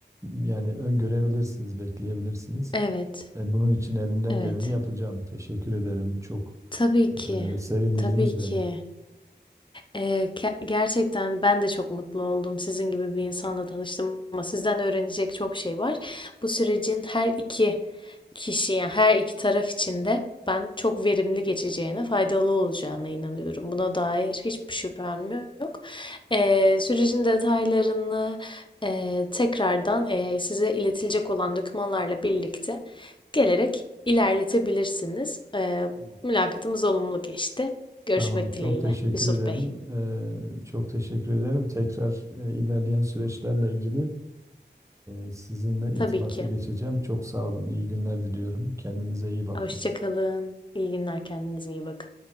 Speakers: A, on the right; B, on the left.
A: yani öngörebilirsiniz, bekleyebilirsiniz.
B: Evet,
A: E, bunun için elimden
B: evet.
A: geleni yapacağım. Teşekkür ederim. Çok
B: Tabii ki,
A: e, sevindirdiniz
B: tabii
A: beni.
B: ki. Ee, ke- gerçekten ben de çok mutlu oldum sizin gibi bir insanla tanıştım ama sizden öğrenecek çok şey var. Bu sürecin her iki kişi, yani her iki taraf için de ben çok verimli geçeceğine, faydalı olacağına inanıyorum. Buna dair hiçbir şüphem yok. Ee, sürecin detaylarını e, tekrardan e, size iletilecek olan dokümanlarla birlikte gelerek ilerletebilirsiniz. Ee,
A: Tamam.
B: mülakatımız olumlu geçti. Görüşmek
A: Tamam, çok
B: dileğiyle
A: teşekkür
B: Yusuf
A: ederim.
B: Bey.
A: E, çok teşekkür ederim. Tekrar e, ilerleyen süreçlerle ilgili Ee, sizinle
B: Tabii
A: irtibata
B: ki.
A: geçeceğim. Çok sağ olun. İyi günler diliyorum. Kendinize iyi bakın.
B: Hoşça kalın. İyi günler. Kendinize iyi bakın.